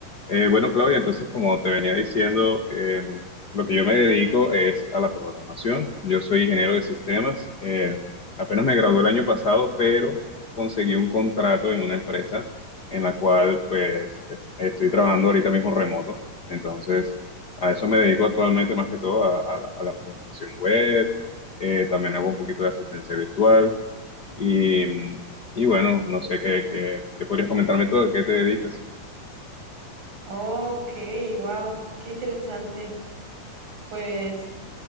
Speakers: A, on the left; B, on the right.
A: Eh, bueno, Claudia, entonces, como te venía diciendo, eh, lo que yo me dedico es a la programación. Yo soy ingeniero de sistemas. Eh, apenas me gradué el año pasado, pero conseguí un contrato en una empresa en la cual, pues, eh, estoy trabajando ahorita mismo remoto. Entonces, a eso me dedico actualmente más que todo a, a la, a la programación web. Eh, también hago un poquito de asistencia virtual. Y, y bueno, no sé qué, qué, qué podrías comentarme todo, ¿a qué te dedicas?
B: Ok, wow, qué interesante. Pues